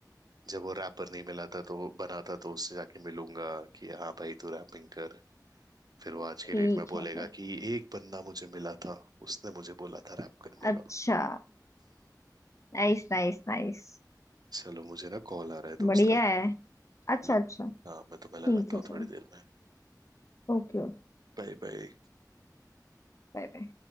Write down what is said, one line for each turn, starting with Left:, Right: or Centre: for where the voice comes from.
Right: जब वो रैपर नहीं मिला था तो बनाता तो उससे जाके मिलूंगा कि हाँ भाई तू रैपिंग कर फिर वो आज
Left: ठीक
Right: के डेट में बोलेगा
Left: है फिर
Right: कि एक बंदा मुझे मिला था उसने मुझे बोला था रैप करने
Left: अच्छा
Right: का
Left: Nice nice nice
Right: चलो मुझे ना कॉल आ रहा है दोस्त
Left: बढ़िया
Right: का
Left: है अच्छा
Right: मैं
Left: अच्छा
Right: हाँ मैं तुम्हें
Left: ठीक
Right: लगाता
Left: है
Right: हूँ
Left: चलो
Right: थोड़ी देर में
Left: Okay okay
Right: Bye bye
Left: Bye bye